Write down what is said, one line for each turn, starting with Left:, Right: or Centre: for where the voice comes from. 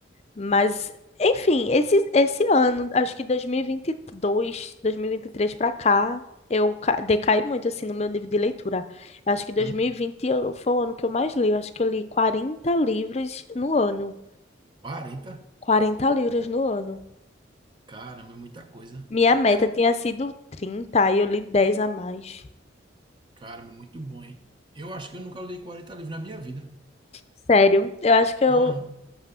Left: Mas, enfim, esse, esse ano, acho que dois dois dois mil mil e vinte e dois, dois mil e vinte vinte e três para cá, eu ca- decaí muito, assim, no meu nível de leitura. Eu Acho que 2020
Right: Hum,
Left: eu- foi o ano que eu mais li. Eu acho que eu li 40 livros no ano.
Right: 40?
Left: quarenta livros no ano.
Right: Caramba, é muita coisa.
Left: Minha meta
Right: É, mu-
Left: tinha sido 30 e eu li 10 a mais.
Right: caramba, é muito bom, hein? Eu acho que eu nunca li 40 livros na minha vida.
Left: Sério, eu acho que eu,
Right: Aham.